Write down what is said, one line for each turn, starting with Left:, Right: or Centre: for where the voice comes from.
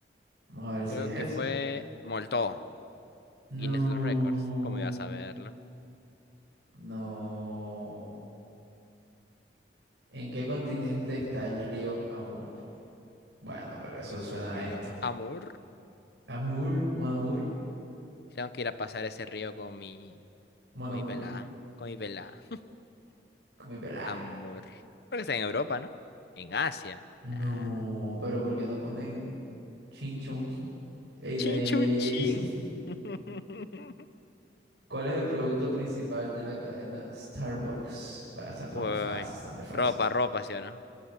Right: vamos a ver si
Left: creo
Right: es
Left: que
Right: ese.
Left: fue Moltó,
Right: No,
Left: Guinness de los Récords. ¿Cómo iba a saberlo?
Right: no. ¿En qué continente está el río Amur? Bueno, pero eso suena
Left: El
Right: a
Left: río
Right: esto.
Left: Amur.
Right: Amour, Mon Amour,
Left: Mm. Tengo que ir a pasar ese río con mi
Right: Mon
Left: Con
Right: Amour,
Left: mi pelada, con mi pelada.
Right: con mi pelada.
Left: Amor. Porque está en Europa, ¿no? En Asia.
Right: No,
Left: Ah.
Right: pero ¿por qué no ponen chin chon chin? Ey, no,
Left: Chin,
Right: ey,
Left: chun,
Right: ey,
Left: chin.
Right: ey, ey.
Left: <laughs>
Right: <laughs> ¿Cuál es el producto principal de la cadena Starbucks? Bueno, está, está
Left: Uy.
Right: muy fácil, está muy fácil.
Left: Ropa, ropa, ¿sí o no?